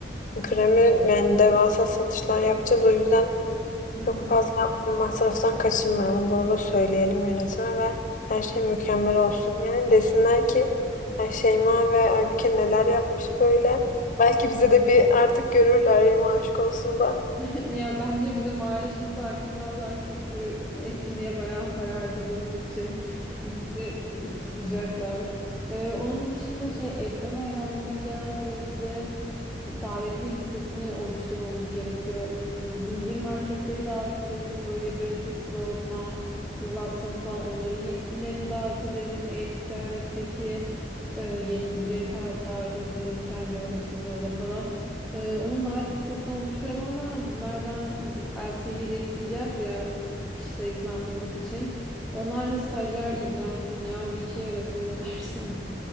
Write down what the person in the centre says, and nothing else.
Hı
hı.
<laughs> Ya bence bizim maaşımızı arttırmazlar çünkü etkinliğe bayağı para harcadığımız için bizi kızacaklar. Ee, onun dışında şey ekran ayarlayacağız ve bir de davetli listesini oluşturmamız gerekiyor. Hmm, Zincir marketleri davet edelim. Böyle gratis, Rozman, Watsons falan onların yetkililerini davet edelim. E-ticaretteki e, yetkilileri ta- davet edelim. Trendyol hepsi burada falan. Ee, onun davet listesini oluşturalım ama bunlardan e, LCV de isteyeceğiz ya kişi sayısını anlamak için. Onlarla stajyer ilgilensin ya bir işe yarasın ne dersin?